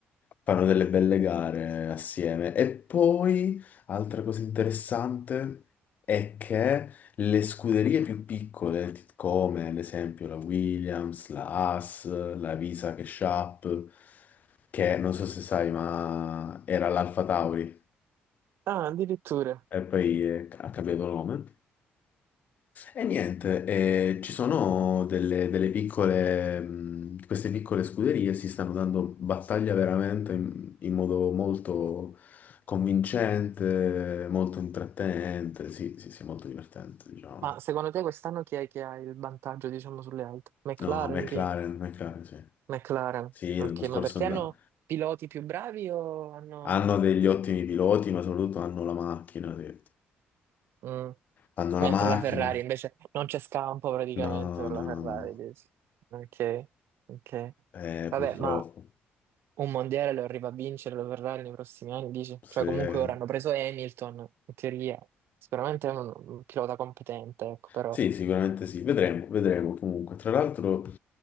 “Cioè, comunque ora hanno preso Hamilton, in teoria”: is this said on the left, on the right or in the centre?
Right